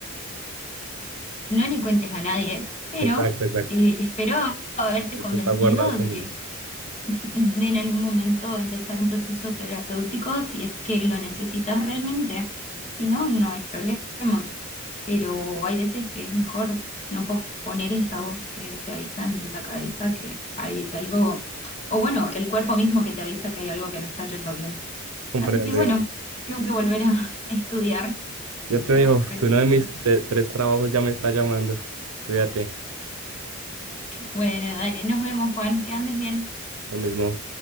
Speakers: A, on the left; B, on the right.
A: no le cuentes a nadie, pero
B: Exacto, exacto.
A: eh, espero haberte convencido
B: Esto está guardado conmigo.
A: de, de en algún momento empezar un proceso terapéutico si es que lo necesitas realmente, si no, no hay problema, pero hay veces que es mejor no posponer esa voz que te avisa en la cabeza que hay algo, o bueno, el cuerpo mismo que te avisa que hay algo que no está yendo bien.
B: Comprendo,
A: Así que bueno,
B: Ivana.
A: tengo que volver a estudiar
B: Yo te
A: para
B: digo
A: recibirme.
B: que uno de mis te- tres trabajos ya me está llamando. Cuídate,
A: Bueno, dale, nos vemos, Juan, que andes bien.
B: lo mismo.